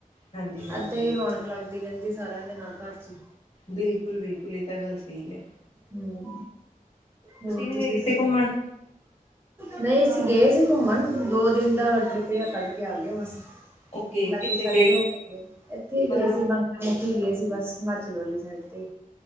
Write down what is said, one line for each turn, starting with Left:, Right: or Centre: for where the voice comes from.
Left: ਹਾਂਜੀ ਹਾਂਜੀ
Right: ਏਦਾਂ ਈਂ ਰੌਣਕ ਲੱਗਦੀ ਰੈਂਦੀ ਸਾਰਿਆਂ ਦੇ ਨਾਲ ਘਰ ਚ ਈ।
Left: ਬਿਲਕੁਲ-ਬਿਲਕੁਲ, ਏ ਤਾਂ ਗੱਲ ਸਹੀ ਏ।
Right: ਹੁੰ, ਹੋਰ
Left: ਨੀ
Right: ਤੁਸੀਂ
Left: ਗਏ ਕਿਤੇ ਘੁੰਮਣ
Right: ਨਈਂ, ਅਸੀਂ ਗਏ ਸੀ ਘੁੰਮਣ, ਦੋ ਦਿਨ ਦਾ ਤ੍ਟ੍ਰਿਪ ਜੇਯਾ ਕੱਢ ਕੇ ਆ ਗੇਆ ਬਸ
Left: ਓਕੇ
Right: ਲਾਗੇ
Left: ਕਿੱਥੇ ਗਏ
Right: <unintelligible> ਏਥੇ ਈ ਗੇ
Left: ਮਤਲਬ
Right: ਸੀ ਮ ਉੱਨਤੀ ਗਏ ਸੀ ਬਸ ਹਿਮਾਚਲ ਵਾਲੀ ਸਾਈਡ ਤੇ,